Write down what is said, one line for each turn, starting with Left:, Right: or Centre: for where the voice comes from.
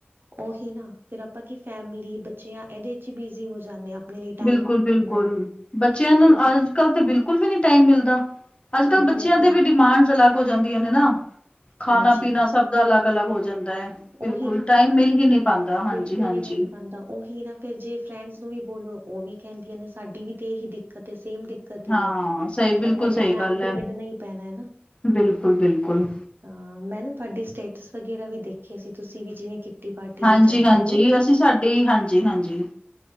Right: ਉਹੀ ਨਾ ਫੇਿਰ ਆਪਾਂ ਕੀ ਫੈਮਲੀ ਬੱਚਿਆਂ ਇਹਦੇ ਚ ਹੀ ਬਿਜ਼ੀ ਹੋ ਜਾਂਦੇ ਹਾਂ ਆਪਣੇ ਲਈ
Left: ਬਿਲਕੁਲ
Right: ਟਾਈਮ ਨਹੀਂ
Left: ਬਿਲਕੁਲ
Right: ਹੁੰਦਾ
Left: ਬੱਚਿਆਂ ਨੂੰ
Right: ਫਿਰ
Left: ਅੱਜ ਕੱਲ ਤਾਂ ਬਿਲਕੁਲ ਵੀ ਨਹੀਂ ਟਾਈਮ ਮਿਲਦਾ ਅੱਜ ਕੱਲ੍ਹ ਬੱਚਿਆਂ
Right: ਉਹੀ
Left: ਦੇ ਵੀ ਡਿਮਾਂਡਸ ਅਲੱਗ ਹੋ ਜਾਂਦੀਆਂ ਨੇ ਨਾ ਖਾਣਾ-ਪੀਣਾ
Right: ਹਾਂਜੀ
Left: ਸਭ ਦਾ ਅਲੱਗ ਅਲੱਗ ਹੋ ਜਾਂਦਾ ਹੈ ਬਿਲਕੁਲ
Right: ਉਹੀ ਨਾ
Left: ਟਾਈਮ ਮਿਲ ਹੀ ਨਹੀਂ ਪਾਉਂਦਾ ਹਾਂਜੀ
Right: ਬਿਲਕੁਲ
Left: ਹਾਂਜੀ
Right: ਨਹੀਂ ਮਿਲ ਪਾਉਂਦਾ ਉਹੀ ਨਾ ਫੇਿਰ ਜੇ ਫਰੈਂਡਸ ਨੂੰ ਵੀ ਬੋਲੋ ਉਹ ਵੀ ਕਹਿੰਦੀਆਂ ਨੇ ਸਾਡੀ ਵੀ ਤੇ ਇਹੀ ਦਿੱਕਤ ਹੈ ਸੇਮ ਦਿਕਤ
Left: ਹਾਂ
Right: ਹੈ
Left: ਸਹੀ
Right: ਪਰ
Left: ਬਿਲਕੁਲ
Right: ਕਹਿੰਦੇ
Left: ਸਹੀ
Right: ਟਾਈਮ
Left: ਗੱਲ
Right: ਤੇ
Left: ਐ।
Right: ਕੱਢਣਾ ਹੀ ਪੈਣਾ ਹੈਾ
Left: ਬਿਲਕੁਲ-ਬਿਲਕੁਲ
Right: <unintelligible> ਹਾਂ ਮੈਂ ਨਾ ਤੁਹਾਡੇ ਸਟੇਟਸ ਵਗੈਰਾ ਵੀ ਦੇਖੇ ਸੀ ਤੁਸੀਂ ਵੀ ਜਿਵੇਂ ਪਾਰਟੀ
Left: ਹਾਂਜੀ
Right: ਵਿੱਚ ਜਾਂਦੇ
Left: ਹਾਂਜੀ
Right: ਹੋ।
Left: ਅਸੀਂ ਸਾਡੀ ਹਾਂਜੀ ਹਾਂਜੀ